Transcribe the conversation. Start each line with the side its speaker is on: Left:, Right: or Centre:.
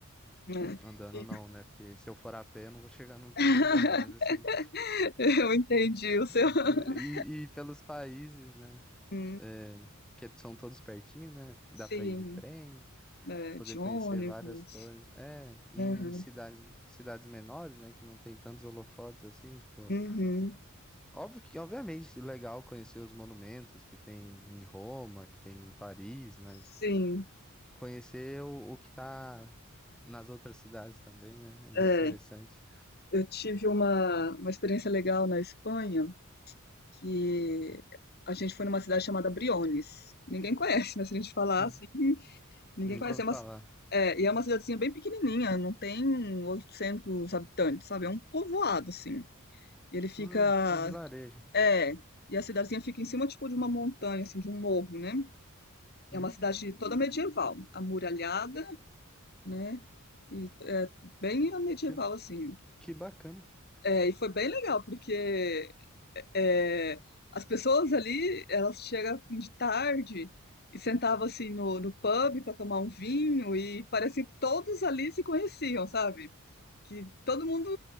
Left: né?
Centre: andando
Left: E-
Centre: não, né? Porque se eu for a pé, eu não vou chegar nunca
Left: <laughs>
Centre: em nenhum lugar, mas assim,
Left: <laughs> Eu entendi o
Centre: <laughs>
Left: seu. <laughs>
Centre: e, e- e pelos países, né?
Left: Hum,
Centre: É, que são todos pertinho, né? Dá
Left: Sim,
Centre: pra ir de trem,
Left: é,
Centre: poder
Left: de ônibus.
Centre: conhecer várias coisas. É, e
Left: Aham,
Centre: em cidades, cidades menores, né? Que não tem tantos holofotes assim, tipo.
Left: uhum,
Centre: Óbvio que, obviamente, legal conhecer os monumentos que tem em Roma, que tem em Paris, mas
Left: Sim,
Centre: conhecer o, o que tá nas outras cidades também, né? É muito
Left: é,
Centre: interessante.
Left: eu tive uma, uma experiência legal na Espanha que a gente foi numa cidade chamada Briones. Ninguém conhece, né? Se a gente falar
Centre: Hum,
Left: assim, ninguém
Centre: nunca
Left: conhece.
Centre: ouvi
Left: É uma,
Centre: falar.
Left: ci- é, e é uma cidadezinha bem pequenininha, não tem 800 habitantes, sabe? É um povoado, assim. E ele fica.
Centre: Ah, tipo um vilarejo.
Left: É, e a cidadezinha fica em cima, tipo, de uma montanha, assim, de um morro, né?
Centre: Uhum,
Left: É uma cidade toda medieval, amuralhada, né? E é bem medieval,
Centre: que,
Left: assim.
Centre: que bacana.
Left: É, e foi bem legal, porque é, as pessoas ali, elas chegam a fim de tarde e sentavam, assim, no, no pub para tomar um vinho e parecia que todos ali se conheciam, sabe? Que todo mundo,